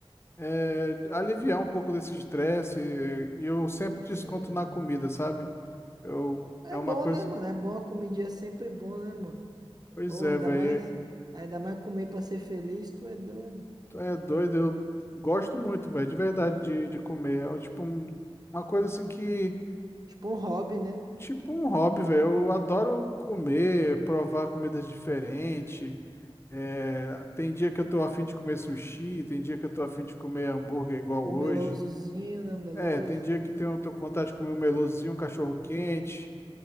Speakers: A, on the left; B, on the right.
A: é, aliviar um pouco desse estresse e eu sempre desconto
B: Sim.
A: na comida, sabe? Eu,
B: É
A: é uma
B: bom,
A: coisa.
B: né, mano? É bom, a comidinha é sempre bom, né, mano?
A: Pois
B: Porra,
A: é,
B: ainda
A: velho.
B: mais, ainda mais comer pra ser feliz, tu é doido.
A: Tu é doido, eu gosto muito, velho, de verdade, de, de comer. É tipo um- uma coisa assim que.
B: Tipo um hobby, né?
A: Tipo um hobby, velho. Eu adoro comer, provar comidas diferentes. É, tem dia que eu tô afim de comer sushi, tem dia que eu tô afim de comer hambúrguer igual
B: O
A: hoje.
B: melosozinho, né? O meloso.
A: É, tem dia que tenho- eu tô com vontade de comer um melosinho, um cachorro quente.